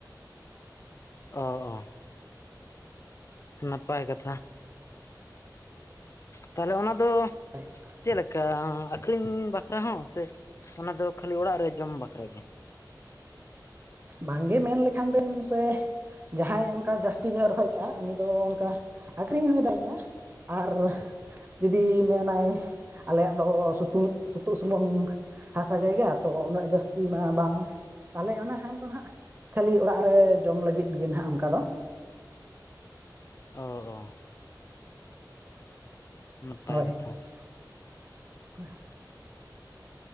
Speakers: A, on the left; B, on the right.
A: ᱚ ᱱᱟᱯᱟᱭ ᱠᱟᱛᱷᱟ ᱛᱟᱦᱚᱞᱮ ᱚᱱᱟ ᱫᱚ
B: <unintelligible>
A: ᱪᱮᱫ ᱞᱮᱠᱟ ᱟᱠᱷᱨᱤᱧ ᱵᱟᱠᱷᱨᱟ ᱦᱚᱸ ᱥᱮ ᱚᱱᱟ ᱫᱚ ᱠᱷᱟᱹᱞᱤ ᱚᱲᱟᱜ ᱨᱮ ᱡᱚᱢ ᱵᱟᱠᱷᱨᱟ ᱜᱮ?
B: ᱵᱟᱝ ᱜᱮ ᱢᱮᱱ ᱞᱮᱠᱷᱟᱱ ᱵᱮᱱ ᱥᱮ ᱡᱟᱦᱟᱸᱭ ᱚᱱᱠᱟ ᱡᱟᱹᱥᱛᱤ ᱧᱚᱜ ᱨᱚᱦᱚᱭ ᱠᱟᱜ-ᱟ ᱩᱱᱤ ᱫᱚ ᱚᱝᱠᱟ ᱟᱠᱷᱨᱤᱧ ᱦᱚᱸᱭ ᱫᱟᱲᱮᱭᱟᱜ-ᱟ᱾ ᱟᱨ ᱡᱩᱫᱤ ᱢᱮᱱᱟᱭ ᱟᱞᱮᱭᱟᱜ ᱫᱚ ᱥᱩᱛᱩᱝ ᱥᱩᱛᱩᱜ ᱥᱩᱢᱩᱝ ᱦᱟᱥᱟ ᱡᱟᱭᱜᱟ ᱛᱚ ᱩᱱᱟᱹᱜ ᱡᱟᱹᱥᱛᱤ ᱢᱟ ᱵᱟᱝ, ᱛᱟᱦᱞᱮ ᱚᱱᱟ ᱮᱱᱠᱷᱟᱱ ᱫᱚ ᱮᱱᱦᱟᱸᱜ ᱠᱷᱟᱹᱞᱤ ᱚᱲᱟᱜ ᱨᱮ ᱡᱚᱢ ᱞᱟᱹᱜᱤᱫ ᱜᱮ ᱮᱱᱦᱟᱸᱜ ᱚᱱᱠᱟ ᱫᱚ,
A: ᱚᱻ, ᱱᱟᱯᱟᱭ
B: ᱦᱳᱭ
A: ᱠᱟᱛᱷᱟ,
B: <inaudible>